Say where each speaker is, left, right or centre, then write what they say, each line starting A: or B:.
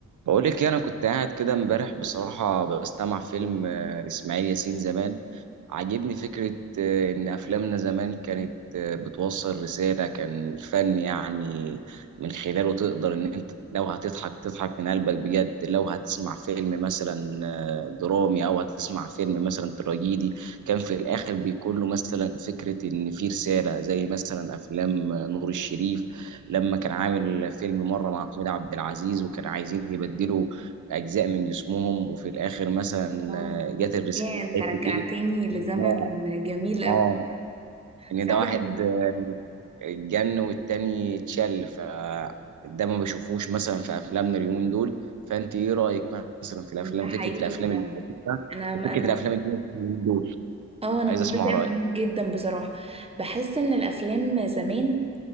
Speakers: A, on the right; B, on the right.
A: بقولك إيه، انا كنت قاعد كده امبارح بصراحه بستمع فيلم آه، لاسماعيل ياسين زمان عاجبني فكرة آه، إن أفلامنا زمان كانت آه، بتوصل رسالة كان فن يعني من خلاله تقدر إن أنت لو هتضحك تضحك من قلبك بجد لو هتسمع فيلم مثلا آه، درامي أو هتسمع فيلم مثلا تراجيدي كان في الآخر بيكون له مثلا فكرة إن في رسالة زي مثلا أفلام آه، نور الشريف لما كان عامل فيلم مرة مع محمود عبد العزيز وكان عايزين يبدلوا أجزاء من جسمهم وفي الآخر مثلا
B: اه
A: آه، جت الرسالة
B: ياه انت
A: حتة
B: رجعتني
A: إيه
B: لزمن
A: ده
B: جميل قوي
A: اه ان
B: فعلا
A: ده واحد اتجن والتاني اتشل فده ما بشوفوش مثلا في افلامنا اليومين دول فانت ايه رايك مثلا في الافلام
B: ده حقيقي
A: فكره الافلام
B: فعلا
A: الحديثه
B: انا
A: وفكره
B: انا
A: الافلام الجديده اليومين دول
B: اه انا
A: عايز
B: متفقه
A: اسمع رايك
B: معاك جدا بصراحه بحس ان الافلام زمان